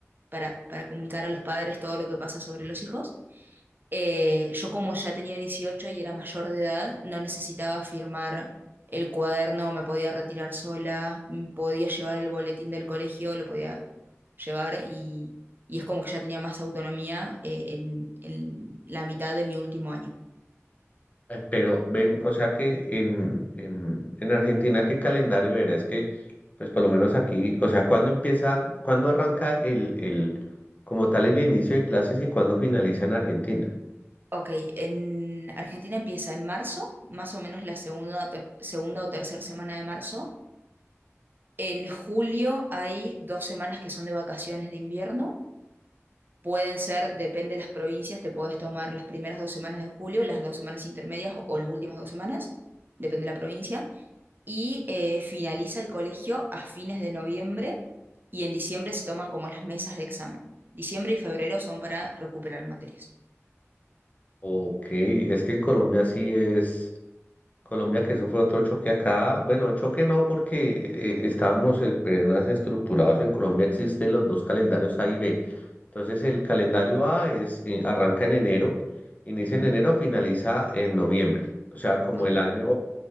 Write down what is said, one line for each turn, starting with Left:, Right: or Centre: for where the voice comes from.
Right: para, para comunicar a los padres todo lo que pasa sobre los hijos. Eh, yo como ya tenía 18 y era mayor de edad, no necesitaba firmar el cuaderno, me podía retirar sola, mm, podía llevar el boletín del colegio, lo podía llevar y, y es como que ya tenía más autonomía eh, en, en la mitad de mi último año.
Left: Eh, Pero ven, o sea que en, en, en Argentina, ¿qué calendario era? Es que, pues por lo menos aquí, o sea, ¿cuándo empieza, cuándo arranca el, el, como tal, el inicio de clases y cuándo finaliza en Argentina?
Right: Ok, en Argentina empieza en marzo, más o menos la segunda, ter- segunda o tercera semana de marzo. En julio hay dos semanas que son de vacaciones de invierno. Pueden ser, depende de las provincias, te puedes tomar las primeras dos semanas de julio, las dos semanas intermedias o, o las últimas dos semanas, depende de la provincia. Y eh, finaliza el colegio a fines de noviembre y en diciembre se toman como las mesas de examen. Diciembre y febrero son para recuperar materias.
Left: Ok, es que en Colombia sí es. Colombia, que eso fue otro choque acá. Bueno, choque no, porque eh, estábamos eh, apenas estructurados. En Colombia existen los dos calendarios A y B. Entonces, el
Right: Ok,
Left: calendario A es, eh, arranca en enero, inicia
Right: Ujú,
Left: en enero, finaliza en noviembre. O sea, como
Right: Ok.
Left: el año,